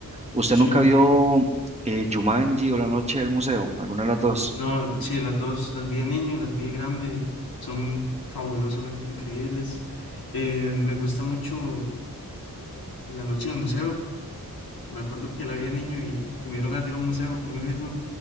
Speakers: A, on the right (about 20°); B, on the left (about 75°).
A: ¿Usted
B: Sí,
A: nunca vio eh, Jumanji o La Noche del Museo? ¿Alguna de las dos?
B: no, sí, las dos, las vi de niño y las vi de grande, son fabulosamente increíbles. Eh, me gusta mucho. en la noche en el museo. Me acuerdo que la vi de niño y, y me dieron a ir a un museo por mí mismo,